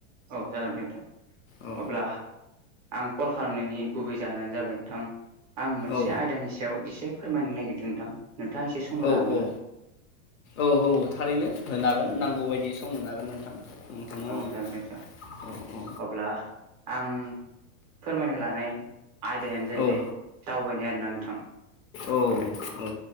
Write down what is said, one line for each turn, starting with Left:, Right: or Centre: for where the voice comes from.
Right: औ जागोन दे नोंथां,
Left: औ
Right: अब्ला आं कल खालामनायनि गुबै जाहोनानो जाबाय नोंथां आं मोनसे
Left: औ
Right: आयदानि सायाव एसे फोरमायनो नागिरदों नोंथां। नोंथाङा एसे सम होनो
Left: औ
Right: हागोन
Left: औ
Right: ना
Left: औ औ थारैनो होनो हागोन नांगौ बायदि सम होनो हागोन नोंथां। नोंथांनो
Right: औ
Left: आङो
Right: जागोन दे नोंथां
Left: औ
Right: अब्ला आं फोरमायनो लानाय आयदायानो
Left: औ
Right: जाहैबाय दावबायनाय आरो ना नोंथां।
Left: औ औ औ